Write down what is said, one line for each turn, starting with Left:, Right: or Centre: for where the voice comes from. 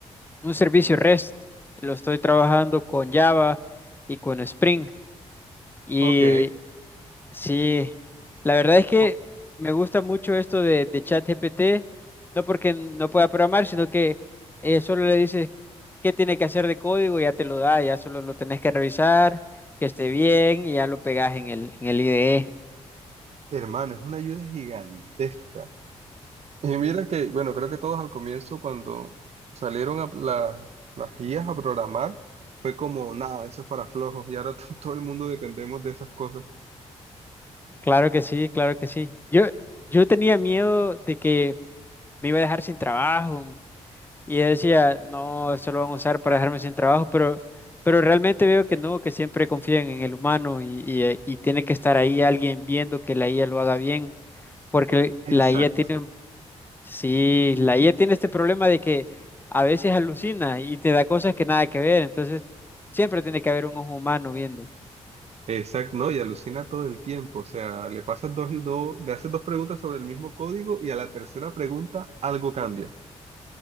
Left: un servicio REST, lo estoy trabajando con Java y con Spring. Y
Right: Ok.
Left: Sí, la verdad es que
Right: Oh,
Left: me gusta mucho esto de, de ChatGPT, no porque no pueda programar, sino que eh, solo le dices qué tiene que hacer de código, y ya te lo da, ya solo lo tenés que revisar, que esté bien y ya lo pegas en el, en el IDE.
Right: hermano, es una ayuda gigantesca. Y mira que, bueno, creo que todos al comienzo, cuando salieron a la- las guías a programar, fue como, nada, eso es para flojos. Y ahora <laughs> to- todo el mundo dependemos de esas cosas.
Left: Claro que sí, claro que sí. Yo, yo tenía miedo de que me iba a dejar sin trabajo, Y yo decía, no, esto lo van a usar para dejarme sin trabajo, pero, pero realmente veo que no, que siempre confían en el humano y, y, eh, y tiene que estar ahí alguien viendo que la IA lo haga bien, porque
Right: Exacto.
Left: la IA tiene, un- sí, la IA tiene este problema de que a veces alucina y te da cosas que nada que ver, entonces siempre tiene que haber un ojo humano viendo.
Right: Exacto, no, y alucina todo el tiempo. O sea, le pasas dos, dos, le haces dos preguntas sobre el mismo código y a la tercera pregunta algo cambia.